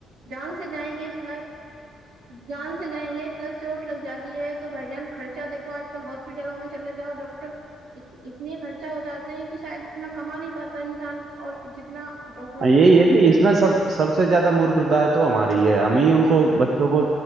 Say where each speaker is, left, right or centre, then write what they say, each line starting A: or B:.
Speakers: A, on the right (about 85°); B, on the right (about 55°).
A: جان سے جائیں گے پلس جان سے جائیں گے پلس چوٹ لگ جاتی ہے تو بھ جان خرچہ دیکھو آج کل ہاسپٹلوں میں چے جاؤ ڈاکٹر اتنے خرچہ ہو جاتے ہیں کہ شاید اتنا کما نہیں پاتا انسان اور جتنا ڈاکٹروں کو
B: یہی
A: دینا
B: ہے
A: پڑ
B: کہ
A: جاتا
B: اس میں سب
A: ہے
B: سب سے زیادہ مورختاائ تو ہماری ہے ہمیں ان
A: جی
B: کو بچوں کو